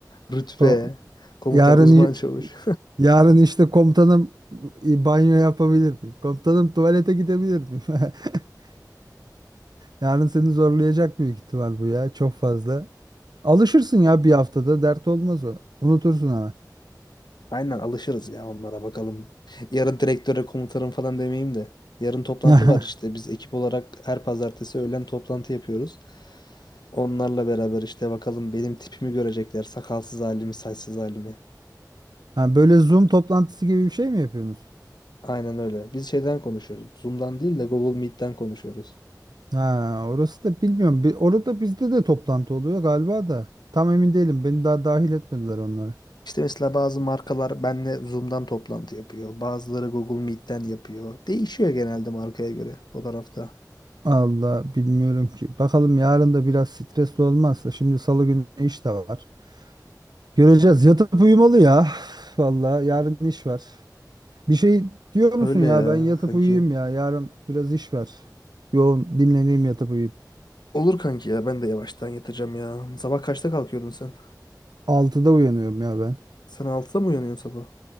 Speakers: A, on the left; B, on the right.
A: rütbe,
B: Ko-
A: komutan,
B: Yarın
A: uzman
B: i-
A: çavuş.
B: yarın işte komutanım i- banyo yapabilir miyim? Komutanım tuvalete gidebilir miyim? <laughs> Yarın seni zorlayacak büyük ihtimal bu ya. Çok fazla. Alışırsın ya bir haftada. Dert olmaz o. Unutursun ama.
A: Aynen alışırız ya onlara bakalım. Yarın direktöre komutanım falan demeyeyim de. Yarın toplantı
B: <laughs>
A: var işte. Biz ekip olarak her pazartesi öğlen toplantı yapıyoruz. Onlarla beraber işte bakalım benim tipimi görecekler. Sakalsız halimi, saçsız halimi.
B: Ha, böyle Zoom toplantısı gibi bir şey mi yapıyorsunuz?
A: Aynen öyle. Biz şeyden konuşuyoruz. Zoom'dan değil de Google Meet'ten konuşuyoruz.
B: Ha, orası da bilmiyorum. Bir, orada bizde de toplantı oluyor galiba da. Tam emin değilim. Beni daha dahil etmediler onlara.
A: İşte mesela bazı markalar benle Zoom'dan toplantı yapıyor. Bazıları Google Meet'ten yapıyor. Değişiyor genelde markaya göre o tarafta.
B: Allah bilmiyorum ki. Bakalım yarın da biraz stresli olmazsa. Şimdi salı günü iş de var. Göreceğiz. Yatıp uyumalı ya. <sighs> Vallahi yarın iş var. Bir şey diyor musun
A: Öyle
B: ya?
A: ya
B: Ben yatıp
A: kanki.
B: uyuyayım ya. Yarın biraz iş var. Yoğun dinleneyim yatıp uyuyayım.
A: Olur kanki ya ben de yavaştan yatacağım ya. Sabah kaçta kalkıyordun sen?
B: 6'da uyanıyorum ya ben.
A: Sen altıda mı uyanıyorsun sabah?